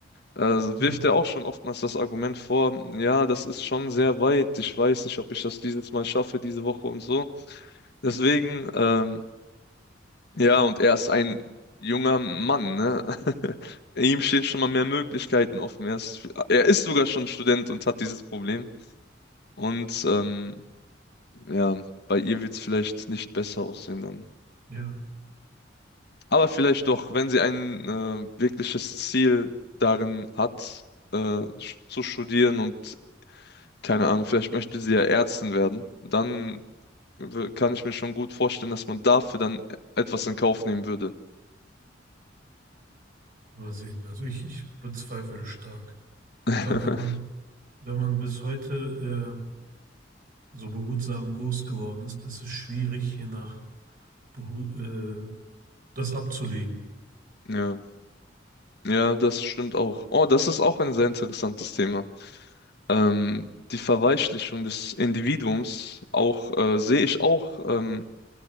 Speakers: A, on the left; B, on the right.
A: äh, wirft
B: ja,
A: er auch schon oftmals das Argument vor, ja, das ist schon sehr weit, ich weiß nicht, ob ich das dieses Mal schaffe, diese Woche und so. Deswegen, ähm, ja, und er ist ein junger Mann, ne? <laughs> Ihm stehen schon mal mehr Möglichkeiten offen. Er ist, er ist sogar schon Student und hat dieses Problem. Und ähm, ja, bei ihr wird es vielleicht nicht besser aussehen dann.
B: ja.
A: Aber vielleicht doch, wenn sie ein äh, wirkliches Ziel darin hat, äh, sch- zu studieren und keine Ahnung, vielleicht möchte sie ja Ärztin werden, dann w- kann ich mir schon gut vorstellen, dass man dafür dann e-, etwas in Kauf nehmen würde.
B: Mal sehen. Also ich, ich bezweifle stark. Ich
A: <laughs>
B: glaube, wenn man, wenn man bis heute äh, so behutsam groß geworden ist, ist es schwierig, je nach behu äh, das abzulegen.
A: Ja, ja, das stimmt auch. Oh, das ist auch ein sehr interessantes Thema. Ähm, die Verweichlichung des Individuums auch äh, sehe ich auch. Ähm,